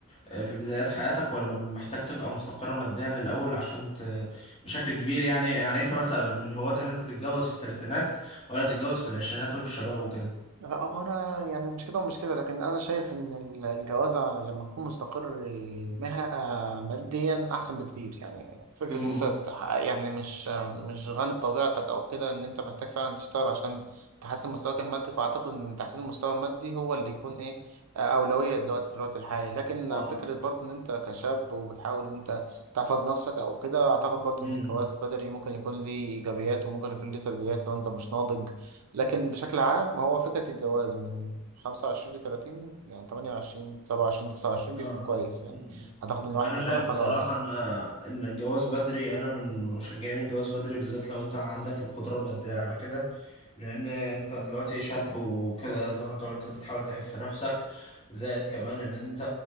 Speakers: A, on the left; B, on the right.
A: آه، في بدايات حياتك ولا محتاج تبقى مستقر ماديا الاول عشان ت... بشكل كبير يعني يعني انت مثلا من هواة ان انت تتجوز في الثلاثينات ولا تتجوز في العشرينات وفي الشباب وكده
B: لا هو انا يعني مش كده ومش كده لكن انا شايف ان ال- الجوازة لما تكون مستقر مها ماديا احسن بكتير يعني فكرة
A: امم
B: ان انت تح- يعني مش مش غني بطبيعتك او كده ان انت محتاج فعلا تشتغل عشان تحسن مستواك المادي فاعتقد ان تحسين المستوى المادي هو اللي يكون ايه اولوية دلوقتي في الوقت الحالي لكن
A: اه
B: فكرة برضو ان انت كشاب وبتحاول ان انت تحفظ نفسك او كده اعتقد برضو
A: مم.
B: ان الجواز بدري ممكن يكون ليه ايجابيات وممكن يكون ليه سلبيات لو انت مش ناضج لكن بشكل عام هو فكرة الجواز من 25 ل 30 يعني 28 27 29
A: اه
B: بيكون كويس يعني
A: مم.
B: أعتقد إن الواحد
A: انا
B: بيكون
A: شايف بصراحه
B: خلاص
A: ان ان الجواز بدري انا من مشجعين الجواز بدري بالذات لو انت عندك القدره الماديه على كده لان انت دلوقتي شاب وكده زي ما انت قلت بتحاول تعيش في نفسك زائد كمان ان انت